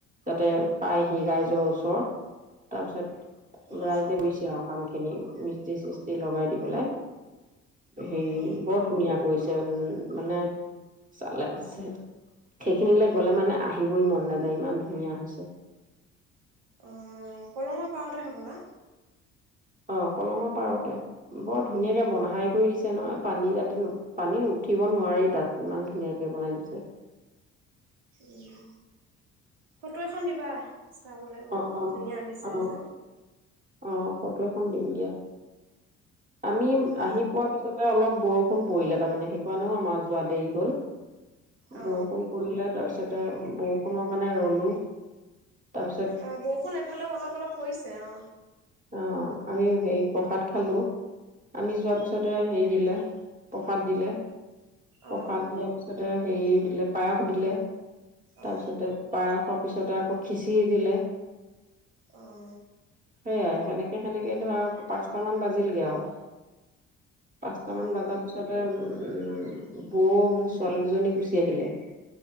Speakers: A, on the right (about 25°); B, on the right (about 80°).
A: যাতে পাইহি ৰাইজৰ ওচৰ। তাৰ পিছত-
B: অ
A: ৰাইজে কৰিছে আৰু কামখিনি। মিস্ত্ৰী-চিছ এ, লগাই দি পেলাই হেৰি
B: অ
A: বৰ ধুনীয়া কৰিছে উম। মানে চালে চে-সেইখিনিলৈ গ'লে মানে আহিবই মন নাযায়, ইমান ধুনীয়া হৈছে।
B: অঁ কলমৰ পাৰতে হ'বনা?
A: অ', কলঙৰ পাৰতে বৰ ধুনীয়াকে বনহাই কৰি দিছে নহয়। পানী যাতে নু পানী উঠিব নোৱাৰে তাত। ইমান ধুনীয়াকে বনাই দিছে।
B: উম, ফটো এখন দিবা চাব লাগিব
A: অ অ
B: ধুনীয়া বিচাৰিছ।
A: অ অ ফটো এখন দিম দিয়া। আমি
B: অ
A: আহি পোৱা পিছতে অলপ- বৰষুণ পৰিলে তাৰমানে সেইকাৰণেও আমাৰ যোৱা দেৰি হ'ল
B: অ
A: বৰষুণ পৰিলাত তাৰপিছতে বৰষুণৰ কাৰণে ৰলো তাৰপিছ
B: অ বৰষুণ এফালেও অলপ অলপ পৰিছে অ।
A: অ', আমি হেৰি প্ৰসাদ খালো। আমি যোৱাৰ পিছতে হেৰি দিলে, প্ৰসাদ দিলে। প্ৰসাদ
B: অ
A: দিয়াৰ পিছত তে হেৰি দিলে পায়স দিলে।
B: অ
A: তাৰপিছতে পায়সৰ পিছতে আকৌ খিঁচিৰি দিলে।
B: অ'।
A: সেইয়াই সেনেকে সেনেকে ধৰক পাঁচটামান বাজিলগে আৰু। পাঁচটামান
B: উম
A: বাজা পিছতে উম উম, বৌ মোৰ ছোৱালী দুজনী গুচি আহিলে।